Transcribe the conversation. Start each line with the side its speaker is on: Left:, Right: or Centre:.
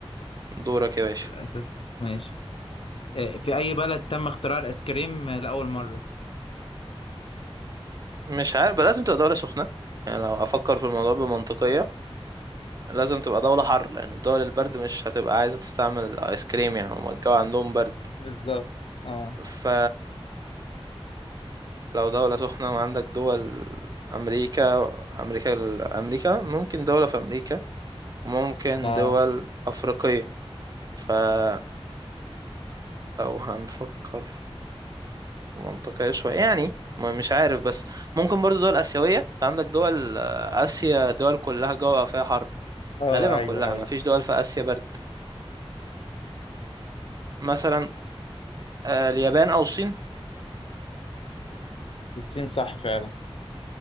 Right: دورك يا باشا
Left: للأسف ماشي آه، في أي بلد تم اختراع الآيس كريم آه، لأول مرة
Right: مش عارف بقى، لازم تبقى دوله سخنه يعني لو هفكر في الموضوع بمنطقيه لازم تبقى دولة حر لأن الدول البرد مش هتبقى عايزة تستعمل الآيس كريم يعني هما الجو عندهم برد
Left: بالظبط اه
Right: ف لو دولة سخنة وعندك دول أمريكا أمريكا أمريكا ممكن دولة في أمريكا ممكن
Left: اه
Right: دول أفريقية فلو هنفكر منطقية شوية يعني ما- مش عارف بس ممكن برضو دول آسيوية أنت عندك دول آه، آسيا دول كلها جوها فيها حر
Left: اه
Right: غالبا
Left: ايوه
Right: كلها
Left: ايوه
Right: مفيش دول في آسيا برد فمثلا آه، اليابان أو الصين
Left: الصين صح فعلا